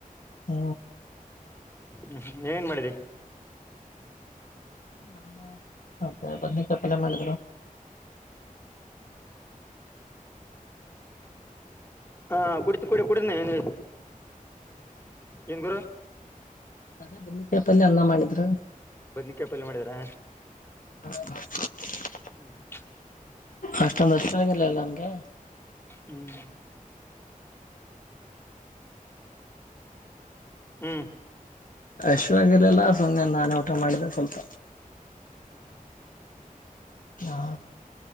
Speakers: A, on the left; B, on the left.
A: ಹ್ಮ
B: ಹ್ಮ್ ಏನ್ ಮಾಡಿದ್ದಿ
A: ಅನ್ನ ಮತ್ತೆ ಬದನೆಕಾಯಿ ಪಲ್ಯ ಮಾಡಿದ್ರು
B: ಹಾ ಕುಡಿತೀನಿ ಕುಡಿ ಕುಡಿ ಏನ ಏನ್ ಗುರು
A: ಅದೇ ಬದನೆಕಾಯಿ ಪಲ್ಯ ಅನ್ನ ಮಾಡಿದ್ರು
B: ಬದನೇಕಾಯಿ ಪಲ್ಯಮಾಡಿದರಾ
A: ಹ್ಮ <unintelligible>
B: ಹ್ಮ್ ಹ್ಮ್
A: ಅಷ್ಟೊಂದ ಅಷ್ಟ ಆಾಗಿಿಲ್ಲಲ್ಲ ನನ್ಗೆ
B: ಹ್ಮ್ ಹ್ಮ್
A: ಅಶ್ವಾಗಲ್ಲಲ್ಲ ಸು ನಾನೆ ಮಾಡಿದ ಸ್ವಲ್ಪ
B: ಹ್ಮ
A: ಹಾ